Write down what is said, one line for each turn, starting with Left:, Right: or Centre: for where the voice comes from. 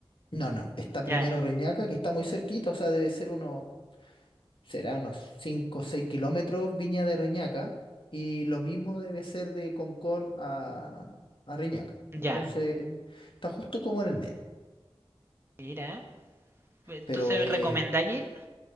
Left: No, no, está primero
Right: Ya,
Left: Reñaca, que está muy cerquita, o sea, debe ser unos será unos 5 o 6 kilómetros Viña de Reñaca y lo mismo debe ser de Concón a, a Reñaca. Entonces,
Right: ya,
Left: está justo como en el medio.
Right: mira. Entonces,
Left: Pero, eh,
Right: ¿recomendáis ir?